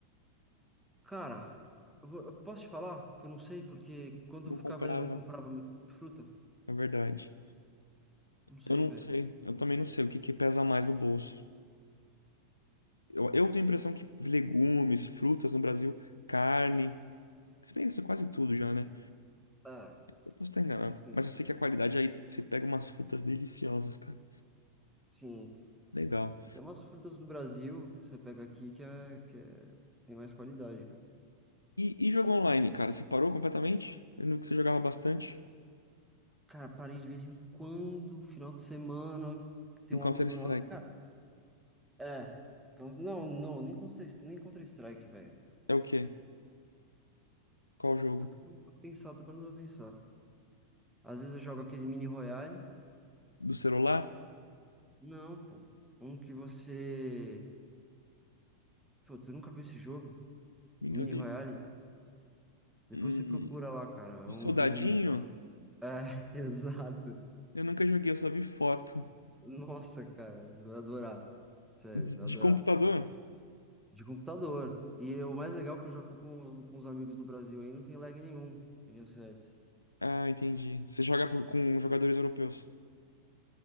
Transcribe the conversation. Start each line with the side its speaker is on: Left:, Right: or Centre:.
Centre: Cara, eu, vou- eu posso te falar que eu não sei porque quando
Left: Não
Centre: eu ficava
Left: comprava,
Centre: aí eu não comprava meu- fruta?
Left: é verdade.
Centre: Não sei,
Left: Eu não
Centre: velho.
Left: sei, eu também não sei o que que pesa mais no bolso. Eu, eu tenho a impressão que legumes, frutas no Brasil, carne, se bem que isso é quase tudo já, né?
Centre: Ah,
Left: Eu posso estar enganado,
Centre: sim,
Left: mas eu sei que a qualidade aí t- você pega umas frutas deliciosas, cara.
Centre: sim.
Left: Legal.
Centre: Tem umas frutas do Brasil que você pega aqui que é, que é- tem mais qualidade, cara.
Left: E, e
Centre: Sabe,
Left: jogo online, cara, você parou completamente? Eu lembro que você jogava bastante.
Centre: Cara, parei de vez em quando, final de semana, que tem
Left: Um
Centre: um
Left: Counter-Strike.
Centre: amigo nosso. É. Cons- Não, não, nem Counter, nem Counter-Strike, velho.
Left: É o quê? Qual jogo?
Centre: Tanto pra pra pensar, tô parando pra pensar. Às vezes eu jogo aquele Mini Royale.
Left: Do celular?
Centre: Não, pô. Um que você. Pô, tu nunca viu esse jogo?
Left: Menino
Centre: Mini
Left: de...
Centre: Royale? Depois
Left: Hum,
Centre: você procura lá, cara. É
Left: de
Centre: um
Left: soldadinho?
Centre: jogo muito da hora. É, <laughs> exato.
Left: Eu nunca joguei, eu só vi foto.
Centre: Nossa, cara, você vai adorar. Sério,
Left: De,
Centre: vai
Left: de
Centre: adorar.
Left: computador?
Centre: De computador. E é o mais legal é que eu jogo com, com os amigos do Brasil aí, não tem lag nenhum, que nem o CS.
Left: Ah, entendi. Você joga pro- com jogadores europeus.